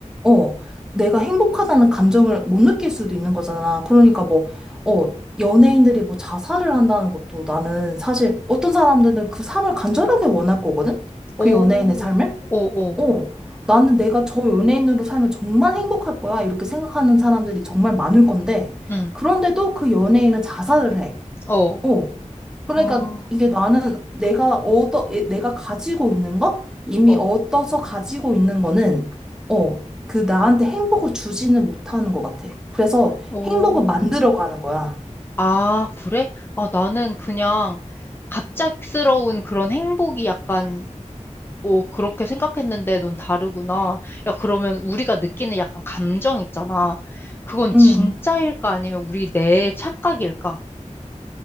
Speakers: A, in the centre; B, on the left (about 15°).
A: 어, 내가 행복하다는 감정을 못 느낄 수도 있는 거잖아. 그러니까 뭐, 어, 연예인들이 뭐 자살을 한다는 것도 나는 사실 어떤 사람들은 그 삶을 간절하게 원할 거거든?
B: 오,
A: 그 연예인의 삶을?
B: 오, 오,
A: 어, 나는 내가 저 연예인으로 살면 정말 행복할 거야. 이렇게 생각하는 사람들이 정말 많을 건데,
B: 응,
A: 그런데도 그 연예인은 자살을 해.
B: 어,
A: 어, 그러니까
B: 아,
A: 이게 나는 내가 얻어, 예, 내가 가지고 있는 거? 이미
B: 어,
A: 얻어서 가지고 있는 거는, 어, 그 나한테 행복을 주지는 못하는 것 같아. 그래서
B: 오.
A: 행복을 만들어 가는 거야.
B: 아, 그래? 아, 나는 그냥 갑작스러운 그런 행복이 약간 오, 그렇게 생각했는데 넌 다르구나. 야, 그러면 우리가 느끼는 약간 감정 있잖아. 그건
A: 음.
B: 진짜일까? 아니면 우리 내 착각일까?